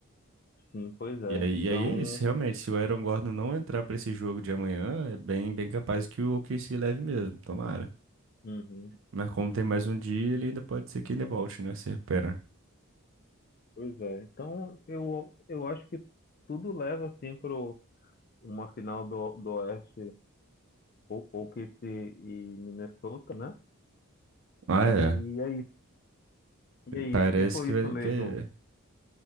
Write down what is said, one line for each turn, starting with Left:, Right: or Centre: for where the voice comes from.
Left: Sim, pois é.
Right: E aí,
Left: Então,
Right: e aí é isso, realmente, se o Aaron Gordon não entrar pra esse jogo de amanhã, é bem, bem capaz que o OKC leve mesmo, tomara.
Left: uhum,
Right: Mas como tem mais um dia, ele ainda pode ser que ainda volte, né, se recuperar.
Left: pois é. Então, eu, eu acho que tudo leva assim para uma final do, do Oeste, ou, ou que se e Minnesota, né?
Right: Ah,
Left: E
Right: é,
Left: é isso. E é
Right: parece
Left: isso. Se foi
Right: que
Left: isso
Right: vai,
Left: mesmo.
Right: que é-